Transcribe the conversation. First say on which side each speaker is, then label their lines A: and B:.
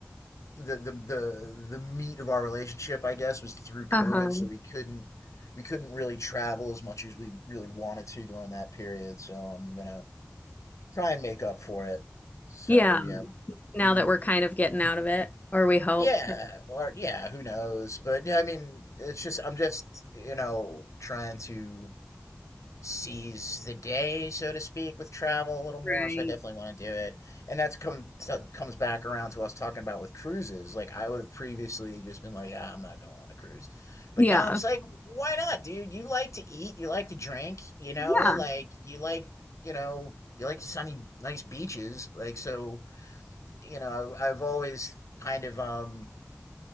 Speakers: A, on the left; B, on the left.
A: the the the the meat of our relationship, I guess, was through COVID,
B: Uh-huh.
A: so we couldn't we couldn't really travel as much as we really wanted to during that period. So I'm gonna try and make up for it. So
B: Yeah.
A: yeah,
B: Now
A: hmm
B: that we're kind of getting out of it, or we hope.
A: yeah, or yeah, who knows? But yeah, I mean, it's just I'm just you know trying to seize the day, so to speak, with travel a little more.
B: Right.
A: So I definitely want to do it, and that's come so- comes back around to what I was talking about with cruises. Like I would have previously just been like, ah, I'm not going on a cruise, but
B: Yeah.
A: now I'm just like, why not, dude? You like to eat, you like to drink, you know,
B: Yeah.
A: like you like you know you like sunny, nice beaches, like so you know, I, I've always kind of um